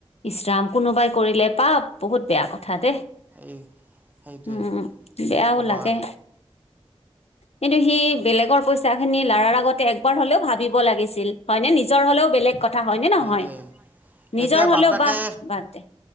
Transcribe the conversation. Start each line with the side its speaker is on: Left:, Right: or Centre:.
Left: ইচৰাম, কোনোবাই কৰিলে পাপ বহুত বেয়া-কথা দেই।
Right: এই সেইটোৱে
Left: উম', বেয়াও
Right: কি ক'বা
Left: লাগে।
Right: আৰু।
Left: কিন্তু, সি বেলেগৰ পইা পচা খিনি লাৰাৰ আগতে একবাৰ হলেও ভাবিব লাগিছিল, হয় ন, নিজৰ হলেও বেলেগ কথা
Right: সেইটোৱে
Left: হয় নে নহয়? নিজৰ
Right: এতিয়া
Left: হলেও
Right: বাপেকে
Left: বাহ ব দে